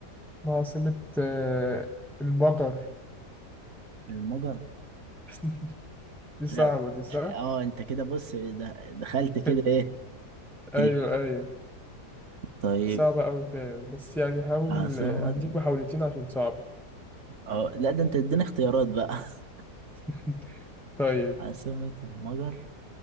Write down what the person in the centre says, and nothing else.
ما عاصمة آه، المجر
<laughs> دي صعبة
دي صح؟
<laughs>
أيوه
أيوه
صعبة أوي فاهم بس يعني حاول
آه، أديك محاولتين عشان صعبة
<laughs> طيب